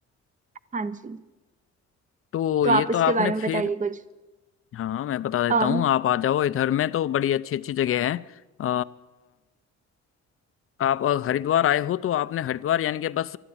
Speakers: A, on the right (about 25°); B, on the left (about 45°).
A: हाँ जी
B: तो
A: तो
B: ये
A: आप उसके
B: तो आपने
A: बारे
B: फिर
A: में बताइए कुछ
B: हाँ मैं बता देता
A: अम
B: हूँ आप आ जाओ इधर में तो बड़ी अच्छी अच्छी जगह है अ, आप हरिद्वार आए हो तो आपने हरिद्वार यानी कि बस